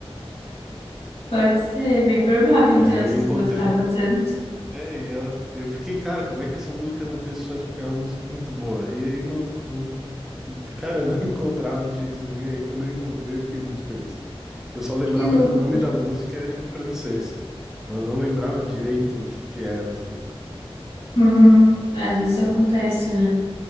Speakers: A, on the left (about 70°); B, in the centre.
A: Pode ser, bem provável,
B: E
A: então,
B: aí eu
A: se
B: encontrei,
A: tu gostava tanto.
B: É, e ela, eu fiquei, cara, como é que essa música não fez sucesso? Porque é uma música muito boa. E aí não, não, cara, eu não <laughs> encontrava de jeito nenhum. E aí quando eu encontrei, eu fiquei muito feliz. Eu só lembrava
A: Que louco.
B: que o nome da música era em francês, mas não lembrava direito o que que era, assim.
A: Uhum. Às vezes isso acontece, né?